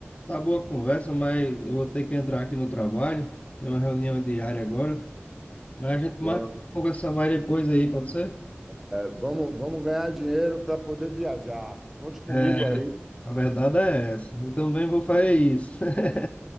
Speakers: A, on the left; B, in the centre.
A: tá boa a conversa, mas eu vou ter que entrar aqui no trabalho. Tem uma reunião diária agora. Mas a gente
B: Vamos,
A: marca de conversar mais depois aí, pode ser?
B: é, vamos, vamos ganhar dinheiro para poder viajar. Conte comigo
A: É,
B: aí,
A: a verdade é essa. Eu também vou fazer isso. <laughs>